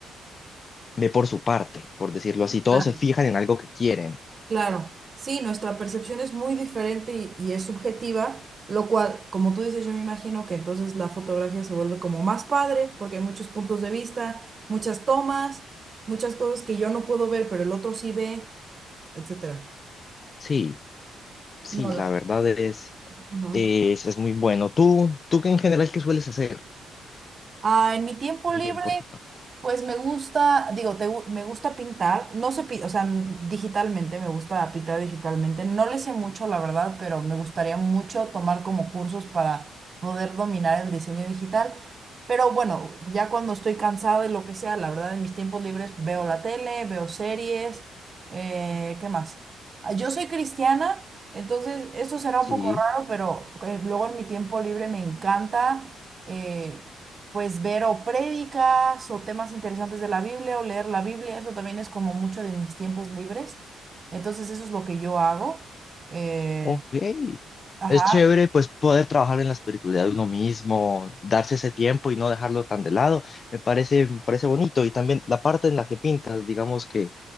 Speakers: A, on the left (about 40°); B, on the right (about 40°).
A: ve por su parte, por decirlo así. Todos
B: claro.
A: se fijan en algo que quieren.
B: Claro. Sí, nuestra percepción es muy diferente y, y es subjetiva, lo cual, como tú dices, yo me imagino que entonces la fotografía se vuelve como más padre, porque hay muchos puntos de vista, muchas tomas, muchas cosas que yo no puedo ver, pero el otro sí ve, etcétera.
A: Sí, sí,
B: No, la-
A: la verdad es,
B: ajá.
A: es, es muy bueno. ¿Tú, tú que en general qué sueles hacer?
B: Ah, en mi tiempo
A: También
B: libre.
A: por tu parte.
B: Pues me gusta, digo, te gu- me gusta pintar, no sé, pi- o sea, n- digitalmente, me gusta pintar digitalmente, no le sé mucho, la verdad, pero me gustaría mucho tomar como cursos para poder dominar el diseño digital, pero bueno, ya cuando estoy cansada y lo que sea, la verdad, en mis tiempos libres veo la tele, veo series, eh, ¿qué más? Ah, Yo soy cristiana, entonces esto será
A: Sí,
B: un poco raro, pero eh, luego en mi tiempo libre me encanta. eh, pues ver o prédicas o temas interesantes de la Biblia o leer la Biblia, eso también es como mucho de mis tiempos libres. Entonces eso es lo que yo hago. Eh,
A: ok.
B: ajá,
A: Es chévere pues poder trabajar en la espiritualidad de uno mismo, darse ese tiempo y no dejarlo tan de lado. Me parece, me parece bonito y también la parte en la que pintas, digamos que